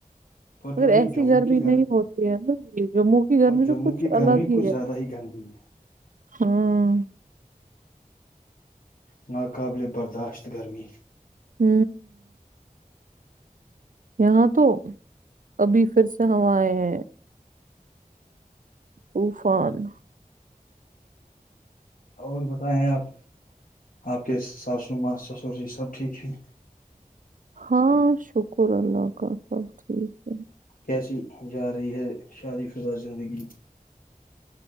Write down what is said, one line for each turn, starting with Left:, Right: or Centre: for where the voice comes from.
Left: پر
Right: اگر
Left: جو یہ
Right: ایسی
Left: جموں
Right: گرمی
Left: کی
Right: نہیں ہوتی ہے نا یہ جموں کی گرمی
Left: پر
Right: ن
Left: جموں
Right: کچھ
Left: کی گرمی
Right: الگ ہی
Left: کچھ
Right: ہے
Left: زیادہ گندی ہے
Right: ہوں
Left: ناقابل برداشت گرمی
Right: ہ یہاں تو ابھی پھر سے ہوا آ ہیں طوفان
Left: اور بتائے آپ آپ کے ساسو ماں سسر جی سب ٹھیک ہیں
Right: ہاں شکر اللہ کا سب ٹھیک ہے
Left: کیسی جا رہی ہے شادی فضا زندگی